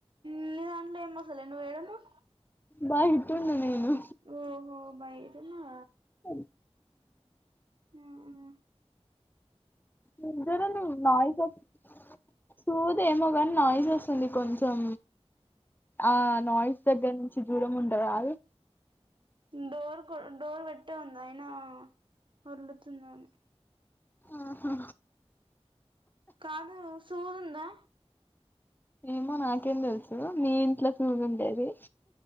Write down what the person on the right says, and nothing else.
నీ దాంట్లో ఎం వస్తలే నువ్ ఏడున్నవ్
ఓహో బయట ఉన్నవ
ఉహు
డోర్ కొ డోర్ పెట్టే ఉంది అయినా వర్లుతుందేమో
కాదు సూది ఉందా